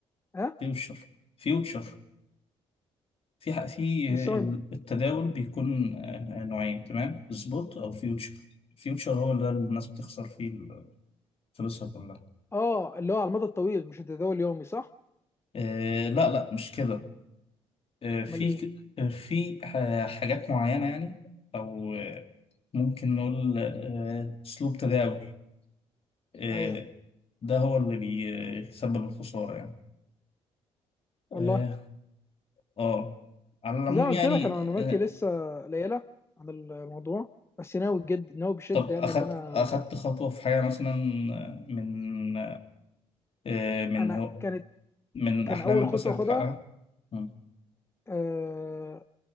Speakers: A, on the left; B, on the left.
A: ها
B: فيوتشر فيوتشر في حق في
A: مش سامعك
B: ال-
A: بت-
B: التداول بيكون آه، نوعين تمام سبوت او فيوتشر فيوتشر هو اللي الناس بتخسر فيه ال- فلوسها كلها
A: اه اللي هو على المدى الطويل مش التداول اليومي صح
B: آه لا لا مش كده آه في
A: امال ايه
B: ك- آه، في ح- حاجات معينة يعني او آه، ممكن نقول آه، اسلوب تداول آه
A: ايوه
B: ده هو اللي بيسبب الخسارة يعني
A: والله
B: اه آه. على العموم
A: زي ما
B: يعني
A: قلت لك انا معلوماتي
B: آه،
A: لسه قليله عن الموضوع بس ناوي جد ناوي بشده
B: طب أخدت
A: يعني اللي انا
B: أخدت خطوة في حاجة مثلا آه، من آه، من
A: انا
B: هو
A: كانت
B: من
A: كان
B: أحلامك
A: اول خطوه
B: مثلا
A: اخدها
B: تحققها مم.
A: آه،